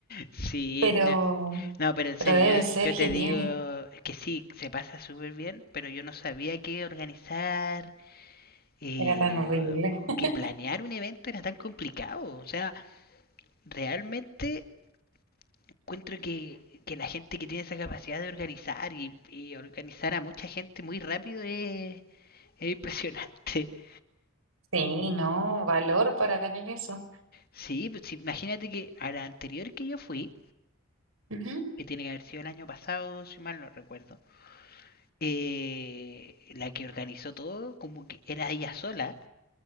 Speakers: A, on the left; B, on the right.
A: Sí,
B: Pero,
A: no, no, pero en serio,
B: pero debe ser
A: yo, yo
B: genial.
A: te digo que sí, se pasa súper bien, pero yo no sabía que organizar, eh,
B: Era tan horrible.
A: o- o
B: <laughs>
A: que planear un evento era tan complicado. O sea, realmente encuentro que, que la gente que tiene esa capacidad de organizar y, y organizar a mucha gente muy rápido es, es impresionante. <laughs>
B: Sí, no, valor para tener eso.
A: Sí, pues sí, imagínate que a la anterior que yo fui,
B: Ujú,
A: que tiene que haber sido el año pasado, si mal no recuerdo, eh, la que organizó todo, como que era ella sola,